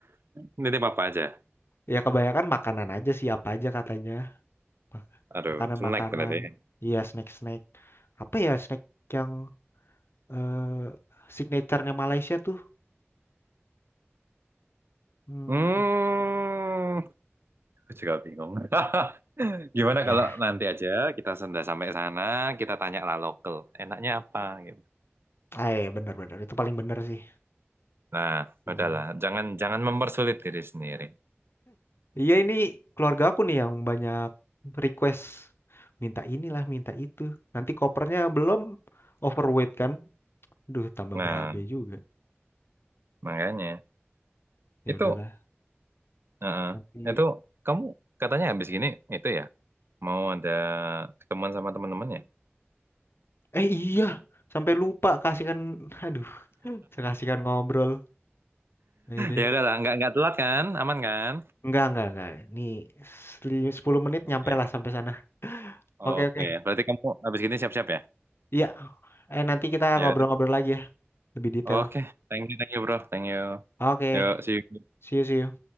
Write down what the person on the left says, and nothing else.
Ya kebanyakan makanan aja sih apa aja katanya. Mak-
Makanan-makanan.
Iya, snack-snack. Apa ya snack yang eh signaturenya Malaysia tuh? Hmm,
ya,
ah, iya, bener-bener itu paling bener sih.
Hmm.
Iya ini keluarga aku nih yang banyak request minta inilah minta itu. Nanti kopernya belum overweight kan. Duh tambah
berabe juga.
Ya
udahlah
nanti.
Eh iya sampai lupa kasihkan. Aduh saya kasihkan ngobrol. Ayo deh.
Enggak enggak enggak. Nih seli- 10 menit
nyampe lah sampai sana. <laughs>
Oke oke.
Iya. Eh nanti kita
ngobrol-ngobrol lagi ya lebih detail.
Oke.
See you see you.